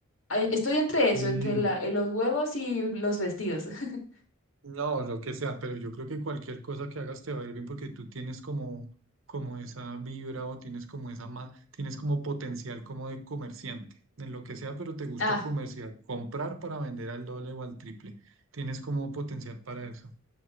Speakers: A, on the left; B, on the right.
A: Ah, Estoy entre eso,
B: Sí.
A: entre la, eh, los huevos y los vestidos. <laughs>
B: No, lo que sea, pero yo creo que cualquier cosa que hagas te va a ir bien porque tú tienes como, como esa vibra o tienes como esa ma- tienes como potencial como de comerciante, en lo que sea, pero te gusta
A: ah
B: comerciar, comprar para vender al doble o al triple. Tienes como potencial para eso.